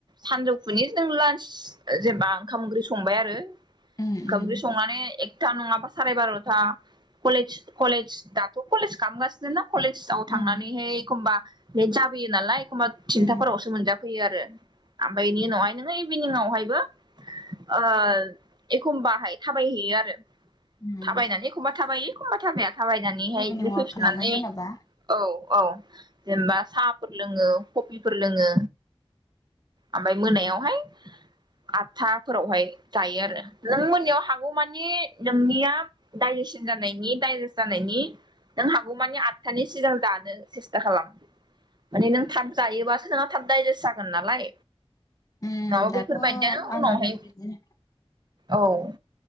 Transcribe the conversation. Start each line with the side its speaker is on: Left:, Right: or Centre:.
Right: सानजौफुनि जों लान्च जेनेबा ओंखाम ओंख्रि संबाय आरो।
Left: उम उम
Right: ओंखाम ओंख्रि संनानै एकथा नङाबा साराय बार'था कलेज कलेज दाथ' कलेज काम गाज नदिा कलेजाव थांनानैहाय
Left: उम
Right: एखमबा लेट जाबोयो नालाय एखमबा थिनथाफोरावसो
Left: उम
Right: मोनजाफैयो आरो। ओमफ्राय बेनि उनावहाय नोङो इभिनिंआवहायबो आ एखमबाहाय थाबायहैयो आरो
Left: उम
Right: थाबायनानै एखमबा थाबाय एखमबा थाबाया थाबायनानैहाय
Left: इभिनिं
Right: बिदिनो
Left: वाक
Right: फैफिननानै
Left: खालामो जेन'बा
Right: औ औ। जेनेबा साहाफोर लोङो कबिफोर लोङो। ओमफ्राय मोनायावहाय।
Left: उम
Right: आठथाफोरावहाय जायो आरो नों मोननिायाव हागौमानि नोंनिया दाइज जानायनि दाइेजेसत जानायनि नों हागौ मानि आदथानि सिगां दानो सेस्था खालाम। माने नों थाब जायोबासो नोंहा थाब दडाइजेस्ट जागोन नालाय।
Left: उम
Right: माबा
Left: दाथ'
Right: बेफोरबायदियानो
Left: आंनाबो
Right: उनावहाय
Left: बिदिनो
Right: औ।